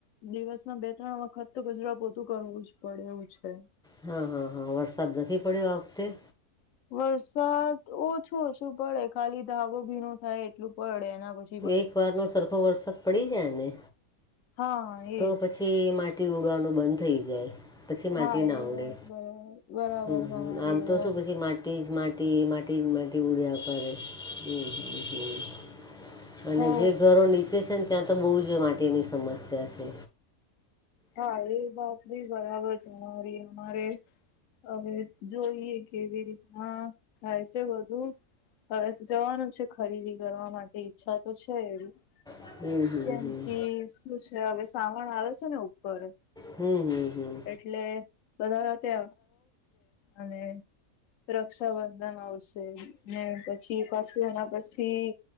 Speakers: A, on the left (about 65°); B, in the centre.
A: દિવસમાં બે ત્રણ વખત તો કચરા પોતું કરવું જ પડે એવું છે.
B: હા હા હા, વરસાદ નથી પડ્યો આ વખતે?
A: વરસાદ ઓછો ઓછું પડે, ખાલી ધાવો ભીનો થાય એટલું પડે એના પછ
B: એક વાર નો સરખો વરસાદ પડી જાયને,
A: હા
B: તો
A: એજ
B: પછી થી માટી ઉડવાનું બંધ થઈ જાય. પછી
A: હા
B: માટી ના
A: એ
B: ઉડે,
A: વાત બરાબર બરાબર
B: હમ્મ
A: તમારી
B: હમ્મ, આમ
A: એ
B: તો
A: વાત
B: શું પછી માટ ટી જ માટી, માટી જ માટી ઉડ્યા કરે. હમ્મ હમ્મ હમ્મ અને
A: હો
B: જે ઘરો નીચે છે ને, ત્યાં તો બહુ જ માટીની સમસ્યા છે.
A: હા એ વાતભી બરાબર તમારી, અમારે હવે જોઈએ કેવી રીતના થાય છે બધું. હવે જવાનું છે ખરીદી કરવા માટે ઈચ્છા તો છે એવી.
B: હમ, હમ,
A: કેમકી,
B: હમ.
A: શું છે હવે સાવણ આવે છે ને ઉપર.
B: હમ્મ હમ્મ હમ્મ
A: એટલે બધા <unintelligible> છે અને રક્ષાબંધન આવશે, ને પછી પાછું એના પછી.